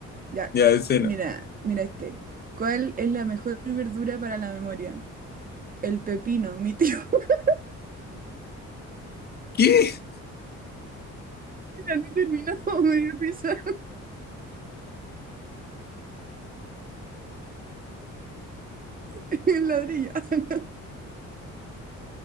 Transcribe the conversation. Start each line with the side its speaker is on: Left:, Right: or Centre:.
Right: Ya,
Left: Ya, ese
Right: mira,
Left: no.
Right: mira este. ¿Cuál es la mejor verdura para la memoria? El pepino, mi tío. <laughs>
Left: ¿Qué?
Right: Ya no he terminado, <laughs> me dio risa <laughs> el ladrillo. <laughs>